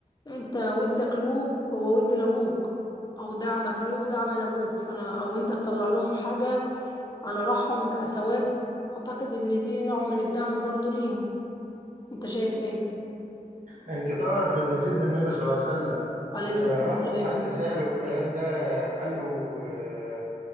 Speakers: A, on the left (about 30°); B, on the right (about 65°).
A: انت ودك له هو ود لابوك او دعمك له دعم لابوك فانا او انت تطلع لهم حاجة على روحهم كثواب اعتقد ان دي نوع من الدعم برضو ليهم انت شايف ايه
B: انت تعرف ان سيدنا النبي صلى الله عليه وسلم
A: عليه الصلاة
B: آه،
A: والسلام
B: راح له حد سأله الكلام ده آه، قال له آه،